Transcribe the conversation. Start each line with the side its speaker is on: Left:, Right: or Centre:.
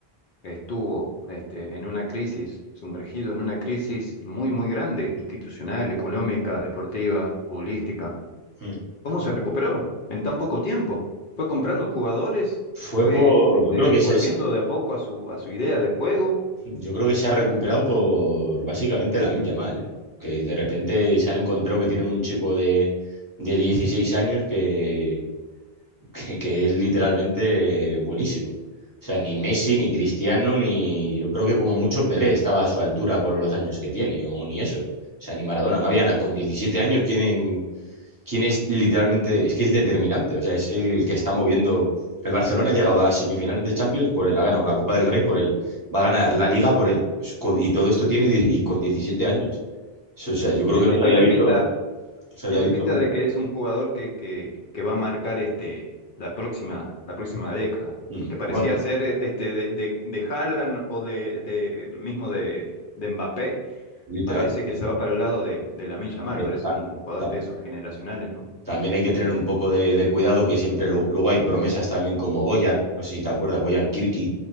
Left: estuvo este en una crisis, sumergido en una crisis muy muy grande, institucional, económica, deportiva, futbolística.
Right: Hmm.
Left: ¿Cómo se recuperó en tan poco tiempo? Fue comprando jugadores,
Right: Fue
Left: fue
Right: por,
Left: este,
Right: yo creo que
Left: volviendo
Right: se,
Left: de a poco a su, a su idea de juego.
Right: yo creo que se ha recuperado por básicamente la Yamal, ¿eh? Que de repente se han encontrado que tienen un chico de, de 16 años que, <laughs> que, que es literalmente buenísimo. O sea, ni Messi, ni Cristiano, ni yo creo que como mucho Pelé estaba a su altura con los años que tiene, o ni eso. O sea, ni Maradona, no había nada. Con 17 años, ¿quién, Quién es literalmente, es que es determinante, o sea, es el que está moviendo. El Barcelona ha llegado a las semifinales de Champions por él, ha ganado la Copa del Rey por él, va a ganar la Liga por él, Es con- y todo esto tiene die- y con 17 años. Es- O sea, yo creo
Left: Sí,
Right: que
Left: sí,
Right: no se
Left: tiene
Right: había visto,
Left: pinta,
Right: no se había
Left: tiene
Right: visto
Left: pinta
Right: nunca.
Left: de que es un jugador que, que, que va a marcar este, la próxima, la próxima década.
Right: Mm,
Left: Lo que parecía
Right: Bueno,
Left: ser eh, este, de, de, de Haaland o de, de mismo de, de Mbappé,
Right: literal,
Left: parece
Right: sí,
Left: que
Right: sí.
Left: se va para el lado de, de Lamine Yamal,
Right: Aunque
Left: parece
Right: también,
Left: un un jugador
Right: tam-
Left: de esos generacionales, ¿no?
Right: también hay que tener un poco de, de cuidado que siempre lo- luego hay promesas también como Boyan, no sé si te acuerdas, Boyan Kirki